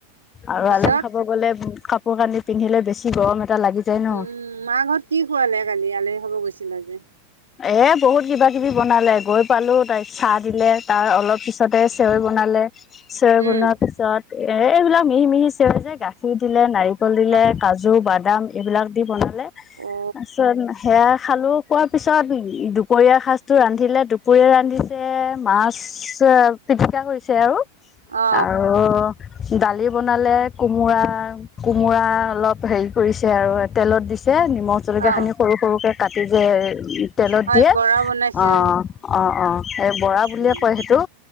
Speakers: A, on the left; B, on the right.
A: আৰু
B: পিছত
A: আলহী খাব গ'লে কাপোৰ কানি পিন্ধিলে বেছি গৰম এটা লাগি যায় ন
B: উম মা ঘৰত কি খোৱালে কালি আলহী খাব গৈছিলে যে
A: এ বহুত কিবা কিবি বনালে গৈ পালো তাইক চাহ দিলে তাৰ অলপ পিছতে চেৱৈ বনালে চেৱৈ
B: উম
A: বনোৱা পিছত এ এইবিলাক মিহি মিহি চেৱৈ যে গাখীৰ দিলে নাৰিক কল দিলে
B: অ
A: কাজু বাদাম এইবিলাক দি বনালে তাৰপিছত
B: অ
A: সেয়া খালো খোৱাৰ পিছত দুপৰীয়া সাজ টো ৰান্ধিলে দুপৰীয়া ৰান্ধিছে মাছ পিটিকা কৰিছে আৰু
B: অ
A: আৰু দালি বনালে কোমোৰা কোমোৰা অলপ হেৰি কৰিছে আৰু তেলত দিছে নিমখ জলকীয়া
B: অ
A: খিনি সৰু সৰুকে কাটি যে তেলত
B: হয়
A: দিয়ে
B: বৰা বনাইছে
A: অ
B: আৰু
A: অ অ এই বৰা বুলিয়ে
B: উম
A: কয় সেইটো